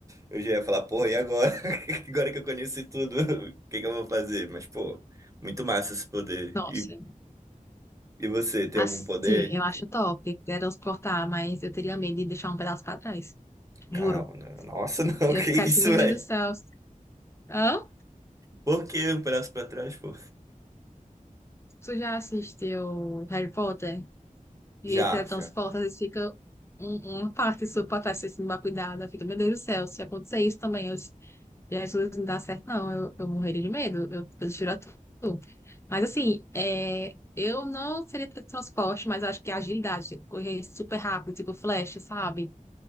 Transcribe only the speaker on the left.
nossa.
Assim,
eu acho top teletransportar, mas eu teria medo de deixar um pedaço pra trás. Juro.
Eu
ficaria
assim, meu
Deus do céu. Hã?
Tu já assistiu Harry Potter? E
aí teletransporta,
às vezes fica um- uma parte sua pra trás, você se não dá cuidado. aí Fica, meu Deus do céu, se acontecer isso também, eu Jesus, não dá certo, não. Eu, eu morreria de medo. Eu prefiro a tu. Mas assim, é, eu não seria teletransporte, mas eu acho que a agilidade, tipo, correr super rápido, tipo flash, sabe?